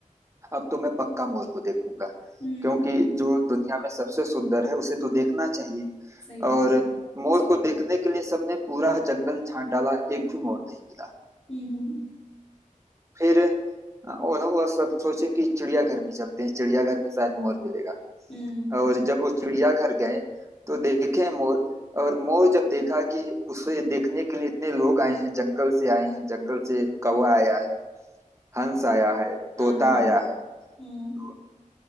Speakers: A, on the right (about 20°); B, on the left (about 50°).
A: अब तो मैं पक्का मोर को देखूंगा
B: हम्म
A: क्योंकि जो दुनिया में सबसे सुंदर है उसे तो देखना चाहिए
B: सही बात
A: और
B: है
A: मोर को देखने के लिए सबने पूरा जंगल छान डाला एक भी मोर नहीं मिला
B: हम्म हम्म
A: फिर अ, उन्होंने वो सब सोचे कि चिड़ियाघर में चलते हैं चिड़ियाघर में शायद मोर मिलेगा
B: हम्म,
A: और जब वो चिड़ियाघर गए तो देखे मोर और मोर जब देखा कि उसे देखने के लिए इतने लोग आए हैं जंगल से आए हैं जंगल से कौवा आया है हंस आया है
B: हाँ
A: तोता
B: हाँ
A: आया है
B: हम्म
A: तो